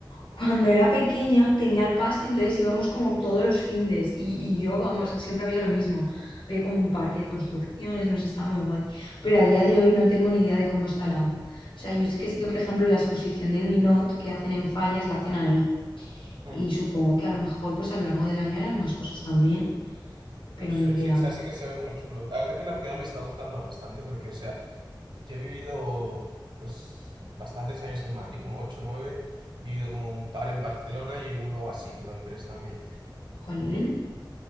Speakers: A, on the left (about 90°); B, on the right (about 70°).
A: Cuando era pequeña tenía el pase, entonces íbamos como todos los findes y, y yo, vamos, siempre había lo mismo. Había como un parque de construcciones, nos estaba muy guay. Pero a día de hoy no tengo ni idea de cómo estará. O sea, yo sí que sé que, por ejemplo, la exposición del Ninot que hacen en Fallas la hacen ahí.
B: Mm,
A: Y supongo que a lo mejor pues a lo largo del año harán más cosas también, pero
B: no sé,
A: ni idea.
B: sí, o sea, sí que se ve muy chulo. La verdad que la ciudad me está gustando bastante porque, o sea, yo he vivido pues bastantes años en Madrid, como 8 nueve he vivido como un par en Barcelona y uno o así en Londres también.
A: Jolín.